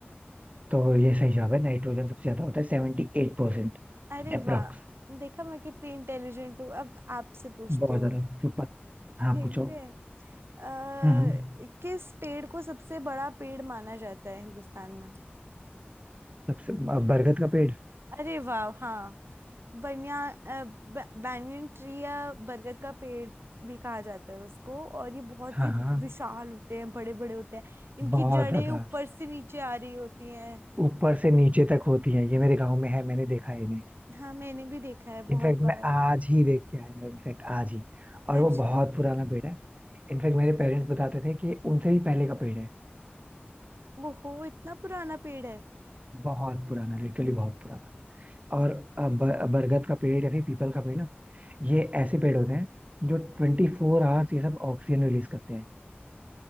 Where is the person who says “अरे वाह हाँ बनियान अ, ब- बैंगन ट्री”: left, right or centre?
Right